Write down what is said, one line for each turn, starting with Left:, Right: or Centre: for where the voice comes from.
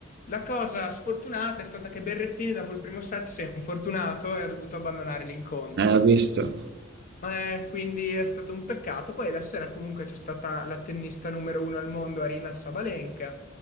Left: La cosa sfortunata è stata che Berrettini dopo il primo set si è infortunato e ha dovuto abbandonare l'incontro.
Right: eh, ho visto.
Left: Eh, quindi è stato un peccato. Poi la sera comunque c'è stata la tennista numero uno al mondo, Arina Sabalenka.